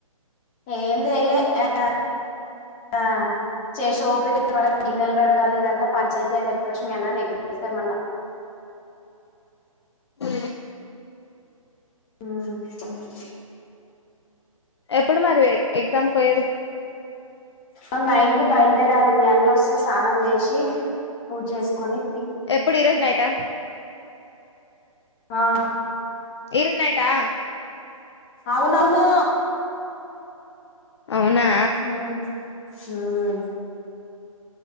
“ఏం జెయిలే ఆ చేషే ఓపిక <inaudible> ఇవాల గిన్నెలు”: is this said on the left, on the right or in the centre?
Left